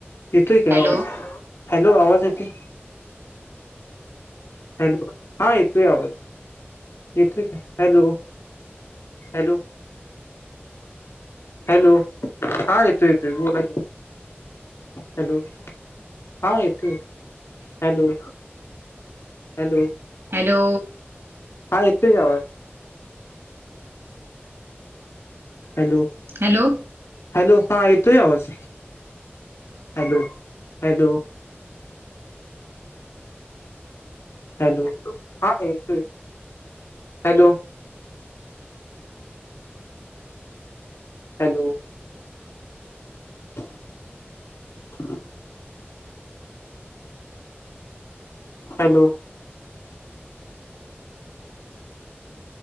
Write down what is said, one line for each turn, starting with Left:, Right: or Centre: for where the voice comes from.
Left: येतोय की आवाज.
Right: हॅलो
Left: हॅलो आवाज येतोय. हॅलो हा येतोय आवाज, येतोय का हॅलो! हॅलो! हॅलो! हा येतोय येतोय बोला की हॅलो. हा येतोय हॅलो. हॅलो!
Right: हॅलो!
Left: हा येतोय की आवाज. हॅलो!
Right: हॅलो!
Left: हॅलो हा येतोय आवाज हॅलो हॅलो. हॅलो हा येतोय hello. Hello! <inaudible> Hello!